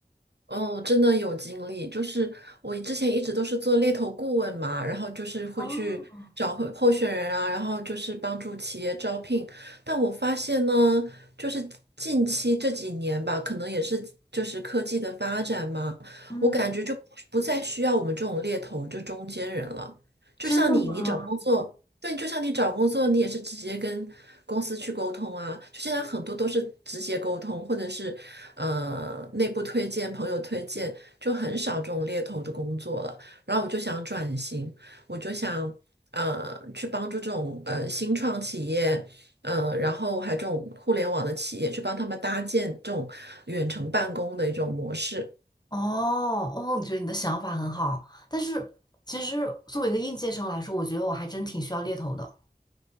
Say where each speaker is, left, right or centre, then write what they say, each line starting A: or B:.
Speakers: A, on the right; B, on the left.
A: 哦，真的有经历，就是我之前一直都是做猎头顾问嘛，然后就是会去找候候选人啊，
B: 哦，
A: 然后就是帮助企业招聘。但我发现呢，就是近期这几年吧，可能也是就是科技的发展嘛，
B: 嗯，
A: 我感觉就不不再需要我们这种猎头这中间人了。就像你，
B: 真的吗？
A: 你找工作，对，就像你找工作，你也是直接跟公司去沟通啊。就现在很多都是直接沟通，或者是呃内部推荐、朋友推荐，就很少这种猎头的工作了。然后我就想转型，我就想呃去帮助这种呃新创企业，呃，然后还有这种互联网的企业，去帮他们搭建这种远程办公的一种模式。
B: 哦哦，我觉得你的想法很好，但是其实作为一个应届生来说，我觉得我还真挺需要猎头的。